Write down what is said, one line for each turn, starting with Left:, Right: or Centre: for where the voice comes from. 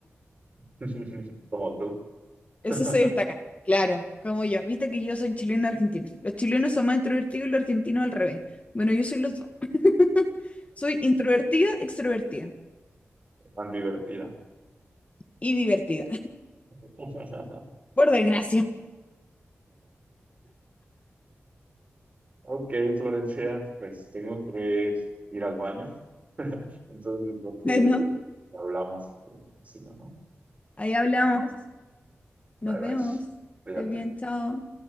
Right: <laughs> Como tú.
Left: Eso
Right: <laughs>
Left: se destaca. Claro, como yo. Viste que yo soy chilena argentina. Los chilenos son más introvertidos y los argentinos al revés. Bueno, yo soy los dos. <laughs> Soy introvertida, extrovertida
Right: Tan divertida.
Left: y divertida.
Right: <laughs>
Left: Por desgracia. <laughs>
Right: Ok, Florencia, pues tengo que ir al baño. <laughs> Entonces, creo que
Left: Bueno,
Right: hablamos por encima, ¿no?
Left: ahí hablamos.
Right: Bye
Left: Nos vemos.
Right: bye. Cuídate.
Left: Estés bien, chao.